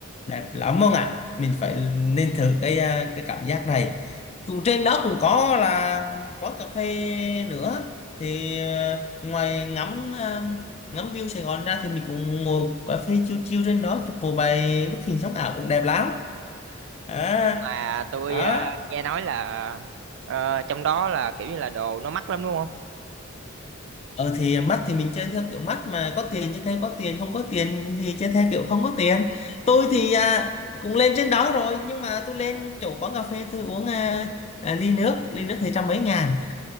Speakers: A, on the left; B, on the right.
A: đẹp lắm không ạ mình phải nên thử cái ờ, cái cảm giác này dù trên đó cũng có là quán cà phê nữa thì ờ, ngoài ngắm ờ, ngắm view Sài Gòn ra thì mình cũng ngồi cà phê chill chill trên đó chụp một vài bức hình sống ảo cũng đẹp lắm à,
B: Nhưng mà tôi
A: đó
B: ờ, nghe nói là ờ, trong đó là kiểu như là đồ nó mắc lắm đúng không?
A: ờ thì mắt thì mình chơi theo kiểu mắt mà có tiền chơi theo có tiền không có tiền thì chơi theo kiểu không có tiền tôi thì à, cũng lên trên đó rồi nhưng mà tôi lên chỗ quán cà phê tôi uống à, à, ly nước ly nước thì trăm mấy ngàn